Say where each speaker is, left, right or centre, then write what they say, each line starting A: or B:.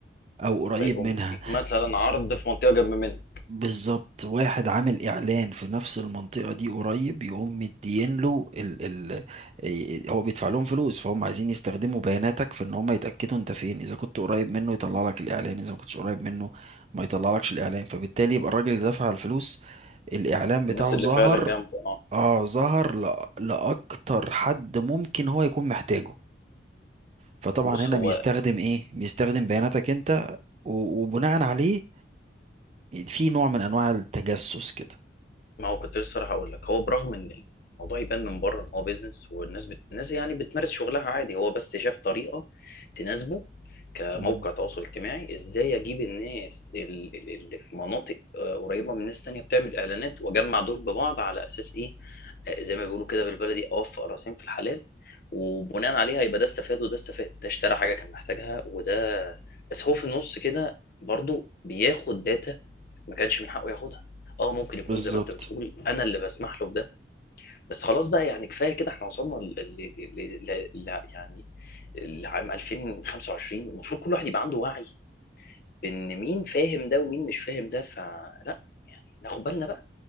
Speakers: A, on the right; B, on the left.
A: او قريب
B: فيقوم
A: منها
B: مديك مثلا عرض في منطقه جنب منه
A: بالظبط واحد عامل اعلان في نفس المنطقه دي قريب يقوم مدين له ال ال إيه- هو بيدفع لهم فلوس فهم عايزين يستخدموا بياناتك في ان هم يتاكدوا انت فين اذا كنت قريب منه يطلع لك الاعلان اذا ما كنتش قريب منه ما يطلع لكش الاعلان فبالتالي يبقى الراجل اللي دفع الفلوس الاعلان بتاعه
B: الناس اللي
A: ظهر
B: فعلا جنبه اه
A: اه ظهر لأ- لاكتر حد ممكن هو يكون محتاجه فطبعا
B: بص
A: هنا
B: هو
A: بيستخدم ايه بيستخدم بياناتك انت و- وبناء عليه في نوع من انواع التجسس كده
B: ما هو كنت لسه راح اقول لك هو برغم ان الموضوع يبان من بره ان هو بيزنس والناس بت... الناس يعني بتمارس شغلها عادي هو بس شاف طريقه تناسبه كموقع
A: مم.
B: تواصل اجتماعي ازاي اجيب الناس ال- ال- اللي في مناطق آه، قريبه من ناس تانية بتعمل اعلانات واجمع دول ببعض على اساس ايه آه، زي ما بيقولوا كده بالبلدي اوفق راسين في الحلال وبناء عليها يبقى ده استفاد وده استفاد ده اشترى حاجه كان محتاجها وده بس هو في النص كده برضو بياخد داتا ما كانش من حقه ياخدها اه ممكن يكون
A: بالظبط
B: زي ما انت بتقول انا اللي بسمح له بده بس خلاص بقى يعني كفايه كده احنا وصلنا ل... ل... ل... ل... ل... يعني لعام 2025 المفروض كل واحد يبقى عنده وعي بان مين فاهم ده ومين مش فاهم ده فلا يعني ناخد بالنا بقى